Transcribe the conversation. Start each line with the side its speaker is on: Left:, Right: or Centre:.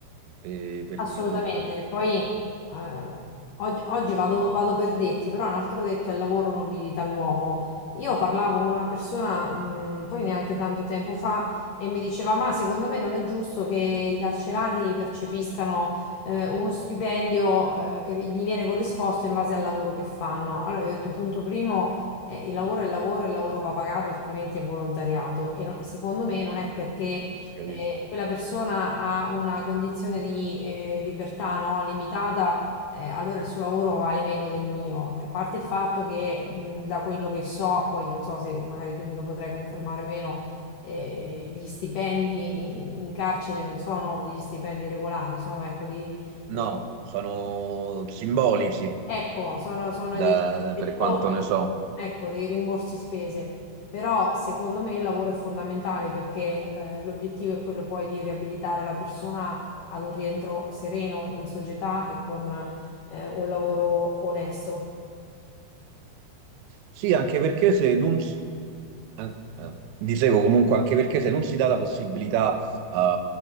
Right: per, per
Left: Assolutamente,
Right: chiunque.
Left: poi eh, oggi, oggi vado, vado per detti, però un altro detto è il lavoro nobilita l'uomo. Io parlavo con una persona, mh, poi neanche tanto tempo fa, e mi diceva: Ma secondo me non è giusto che i carcerati percepiscano eh, uno stipendio eh, che gli viene corrisposto in base al lavoro che fanno. Allora, io ho detto: punto primo, eh, il lavoro è il lavoro, il lavoro va pagato, altrimenti è volontariato. E no- secondo me non è perché
Right: Questo, capito?
Left: eh, quella persona ha una condizione di eh, libertà, no, limitata, eh, allora il suo lavoro vale meno del mio. A parte il fatto che, mh, da quello che so, poi non so se magari tu me lo potrai confermare o meno, eh, gli stipendi in, in carcere non sono degli stipendi regolari, sono ecco dei... dei-
Right: No, sono simbolici
Left: Ecco, sono, sono
Right: da-
Left: dei gettoni,
Right: per quanto ne so.
Left: ecco, dei rimborsi spese. Però secondo me il lavoro è fondamentale perché l- l'obiettivo è quello poi di riabilitare la persona ad un rientro sereno in società e con eh, un lavoro onesto.
Right: Sì, anche perché se non, s- an- eh, dicevo comunque, anche perché se non si dà la possibilità eh,